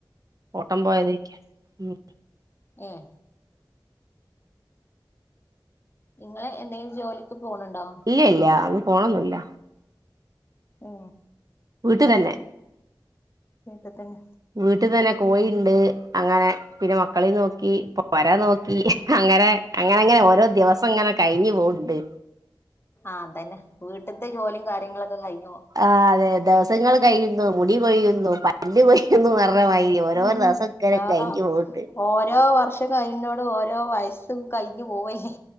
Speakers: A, on the right; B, on the left.
A: ഓട്ടം പോയതേക്ക ഉം
B: ഏയേ ഇങ്ങളേ ന്തെങ്കിലും ജോലിക്ക് പോണു ണ്ടോ
A: ഇല്ല്യല്ല ഒന്ന് പോണന്നുല്ല
B: ഓ
A: വീട്ടിൽ തന്നെ
B: വീട്ട് തന്നെ.
A: വീട്ട്തന്നെ കോഴിണ്ട് അങ്ങനെ പിന്നെ മക്കളീം നോക്കി പൊര നോക്കി അങ്ങനെ അങ്ങനെങ്ങനെ ഓരോ ദിവസംങ്ങനെ കഴിഞ്ഞു പോവ്ണ്ട്
B: ആഹ് അതന്നെ വീട്ട്ത്തെ ജോലിം കാര്യങ്ങളൊക്കെ കഴിഞ്ഞു പോ
A: ആഹ് അതെ ദെവസങ്ങൾ കയ്യുന്നു മുടി കൊയ്യുന്നു പല്ല് കൊയ്യുന്നു പർഞ്ഞമാരി ഓരോ
B: ഉം
A: ദെവസങ്ങനെ
B: ആഹ്
A: കയിഞ് പോക്ണ്ട്
B: ഓരോ വർഷം കയിന്നോടും ഓരോ വയസ്സും കഴിഞ്ഞു പോവല്ലേ